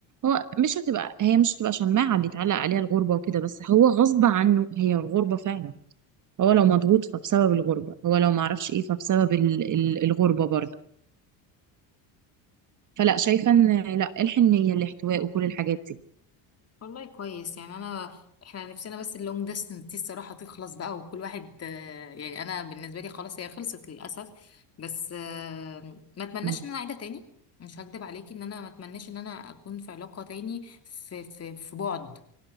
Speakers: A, on the right; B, on the left.
A: هو مش هتبقى هي مش هتبقى شماعه بيتعلق عليها الغربه وكده بس هو غصب عنه هي الغربه فعلا هو لو مضغوط فبسبب الغربه هو لو معرفش ايه فبسبب ال- ال- الغربه برضه فلا شايفه ان لا الحن النيه الاحتواء وكل الحاجات دي
B: والله كويس يعني انا احنا نفسنا بس اللونج ديستنس دي الصراحه تخلص بقى وكل واحد آه، يعني انا بالنسبه لي خلاص هي خلصت للاسف بس آه، ما اتمناش
A: مم.
B: ان انا اعيدها تاني مش هكدب عليكي ان انا ما اتمناش ان انا اكون في علاقه تاني في في في بعد